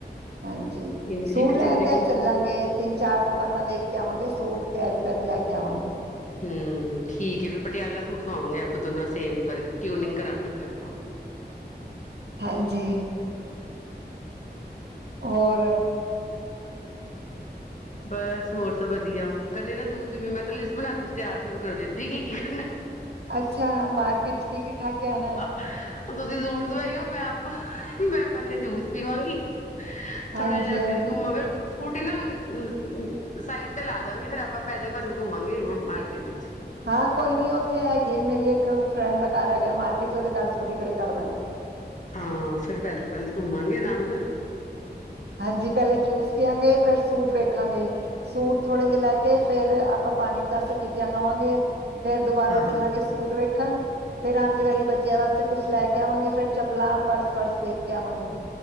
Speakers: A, on the right (about 70°); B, on the left (about 45°).
A: ਹਾਂਜੀ
B: ਇੰਝ ਇੱਕ
A: ਸੂਟ
B: ਜ਼ਿੰਦਗੀ
A: ਲੈਣ ਤੇ ਅੱਜ
B: ਮਿਲੀ
A: ਚੱਲਾਂਗੇ। ਤਿੰਨ -ਚਾਰ ਦੁਕਾਨਾਂ ਦੇਖ ਕੇ ਆਵਾਂਗੇ, ਸੂਟ ਪਿਆਰੇ- ਪਿਆਰੇ ਲੈ ਕੇ ਆਵਾਂਗੇ।
B: ਹਮ--ਠੀਕ ਏ, ਫਿਰ ਪਟਿਆਲਾ ਸੂਟ ਸਵਾਵਾਂਗੇ ਆਪਾਂ ਦੋਨੋ ਸੇਮ ਵਰਕ ਟਿਊਨਿੰਗ ਕਰਾਂਗੇ ਫੇਰ ਆਪਾਂ।
A: ਹਾਂਜੀ। ਹੋਰ
B: ਬਸ ਹੋਰ ਸਬ ਵਧੀਆ, ਗੰਨੇ ਦਾ ਜੂਸ ਦੀ ਵੀ ਮੈਂ ਤਾਂ ਲਿਸਟ ਬਣਾਨੀ ਚ ਤਿਆਰ ਸ਼ੁਰੂ ਕਰ ਦਿੱਤੀ ਕੀ -ਕੀ ਕਰਨਾ।
A: ਅੱਛਾ ਮਾਰਕੀਟ ਚ ਕੀ- ਕੀ ਖਾ ਕੇ ਆਣਾ?
B: ਤੁਸੀਂ ਸੂਟ ਸਵਾਈਓ, ਮੈਂ ਆਪਾ ਮੈਂ ਪਹਿਲੇ ਜੂਸ ਪੀਵਾਂਗੀ।
A: ਹਾਂਜੀ
B: ਥੋੜਾ ਜਿਹਾ
A: ਹਾਂਜੀ।
B: ਫੇਰ ਘੁਮੋਗੇ ਸਕੂਟੀ ਨਾ ਹਜੇ ਸਾਈਟ ਤੇ ਲਾਦਾਗੇ, ਫੇਰ ਆਪਾਂ ਪੈਦਲ- ਪੈਦਲ ਘੁਮਾਂਗੇ ਮਾਰਕੀਟ ਵਿੱਚ
A: ਹਾਂ ਕੋਈ ਨੀ ਉੱਥੇ ਹੈਗੀ ਮੇਰੀ ਇੱਕ ਫਰੈਂਡ ਦਾ ਘਰ ਹੈਗਾ ਮਾਰਕੀਟ ਚ, ਉਹਦੇ ਘਰ ਸਕੂਟੀ ਖੜੀ ਕਰ ਦਾਂਗੇ।
B: ਹਾਂ ਫਿਰ ਪੈਦਲ- ਪੈਦਲ ਘੁਮਾਂਗੇ ਆਰਾਮ ਨਾਲ
A: ਹਾਂਜੀ ਪਹਿਲੇ ਜੂਸ ਪੀਆਂਗੇ, ਫੇਰ ਸੂਟ ਵੇਖਾਂਗੇ। ਸੂਟ ਥੋੜੇ ਜਿਹੇ ਲੈ ਕੇ ਫੇਰ ਆਪਾਂ ਪਾਣੀ ਪਤਾਸੇ ਟਿੱਕੀਆਂ ਖਾਵਾਂਗੇ। ਫੇਰ ਦੁਬਾਰਾ
B: ਹਾਂ
A: ਚੱਲਾਂਗੇ ਸੂਟ ਵੇਖਣ ਫੇਰ ਆਂਦੀ ਵਾਰੀ ਬੱਚਿਆਂ ਵਾਸਤੇ ਕੁੱਛ ਲੈ ਕੇ ਆਵਾਂਗੇ, ਫੇਰ ਚੱਪਲਾਂ ਪਰਸ -ਵਰਸ ਵੇਖ ਕੇ ਆਵਾਂਗੇ।